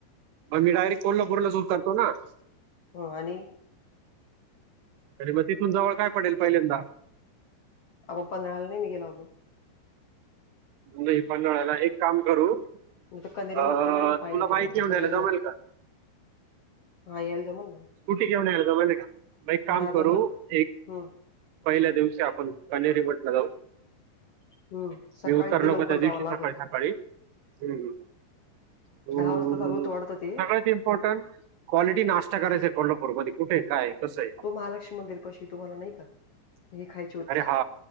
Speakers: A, on the right; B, on the left.
A: मग मी डायेट कोल्हापूरला सुूज करतो ना <unintelligible>
B: हो आणि <unintelligible>
A: तरी मग तिथून जवळ काय पडेल पहिल्यांदा <unintelligible>
B: आपण पन्हाळ्याला नाही न गेलो अजून <unintelligible>
A: नाही, पन्हाळयाला एक काम करू!
B: नाही तर कनेरी
A: अं,
B: मठ पण नाही ना पाहिले
A: तुला बाईक
B: तुम्ही अजून
A: घेऊन
B: कनेरी
A: यायला जमेल
B: मठ
A: का
B: हा यायल ज म्हण ना
A: स्कूटी केवन या म्ह म एक काम
B: हा
A: करू
B: जमल
A: एक <unintelligible>
B: हम्म
A: पहिल्या दिवशी आपण अनेहेरी म्हटला जाऊ <unintelligible>
B: हम्म सकाळी
A: मी उतरलोक
B: ते लवकर
A: त्या दिवशी
B: जावं
A: सकाळी
B: लागल
A: सकाळी हम्म <unintelligible> हो
B: दहा वाजता चालू होतं
A: सगळ्याच
B: वाटतं ते
A: इम्पॉर्टंट <unintelligible> क्वालिटी नाश्ता करायच आहे कोल्हापूरमध्येध्ये कुठे काय कसं आहे
B: तो महालक्ष्मी मंदिर पाशी तुम्हाला नाही का <unintelligible> हे खायच <unintelligible>
A: अरे हा